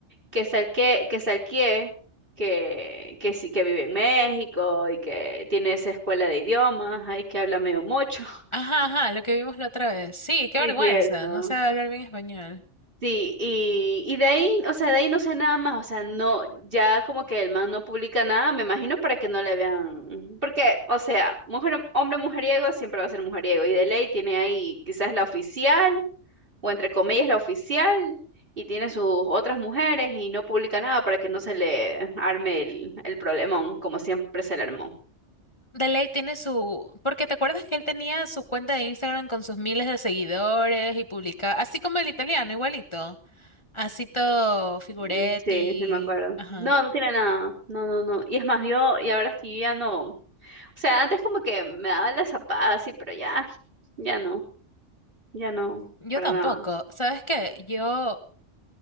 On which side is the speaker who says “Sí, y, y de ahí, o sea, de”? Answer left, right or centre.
Right